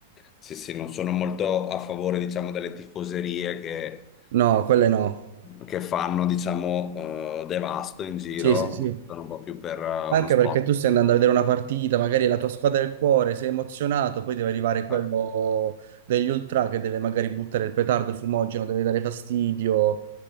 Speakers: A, on the left (about 25°); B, on the right (about 65°).
A: sì, sì, non sono molto a favore, diciamo, delle tifoserie che,
B: No, quelle no.
A: che fanno, diciamo, eh, devasto in giro,
B: Sì, sì, sì.
A: ma sono un po' più per eh, uno
B: Anche
A: sport.
B: perché tu stai andando a vedere una partita, magari è la tua squadra del cuore, sei emozionato, poi deve arrivare quello
A: Ah,
B: degli ultra che deve magari buttare il petardo, il fumogeno, deve dare fastidio.